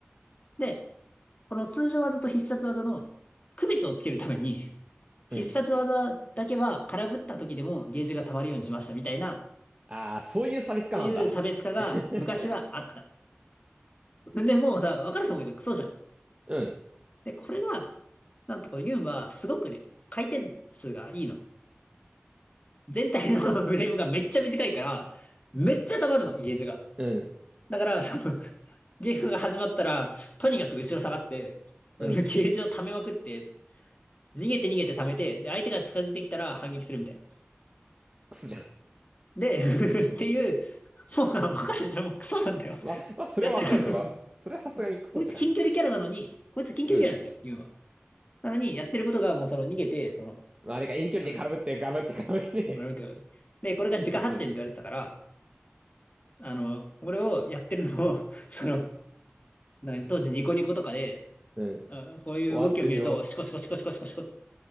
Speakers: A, on the left; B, on the right.
A: で、この通常技と必殺技の区別をつけるために、必殺技だけは空振った時でもゲージが溜まるようにしましたみたいな、
B: うん。ああ、そういう差別化なんだ。
A: そういう差別化が昔はあった。
B: <laughs>
A: でもうさ、わかると思うけど、クソじゃん。
B: うん。
A: で、これが、なんとこのユンは、すごくね、回転数がいいの。全体の <laughs> フレームがめっちゃ短いから、めっちゃ溜まるの、ゲージが。
B: うん。
A: だから、その、ゲームが始まったら、とにかく後ろ下がって、そのゲージを溜めまくって、
B: うん。
A: 逃げて逃げて溜めて、で、相手が近づいてきたら反撃するみたいな。
B: クソじゃん。
A: で、<laughs> っていう、もう、わかるでしょもうクソなんだよ。
B: ま、まあ、それはわかるわ。
A: やってる。
B: それはさすがにクソじゃん。
A: <laughs> こいつ近距離キャラなのに、こいつ近距離キャラなんだよ、
B: うん。
A: ユンは。なのに、やってることがもうその逃げて、その、
B: まあ、あれが遠距離で絡むって、
A: あの
B: 絡むって、絡むって、
A: 学ぶとで、これが自家発電って言われてたから、
B: <laughs> 打つ。
A: あの、これをやってるのを <laughs> その、な当時ニコニコとかで、
B: うん。
A: あこういう動きを見ると、
B: 終わってるよ。
A: シコシコシコシコシコシコっ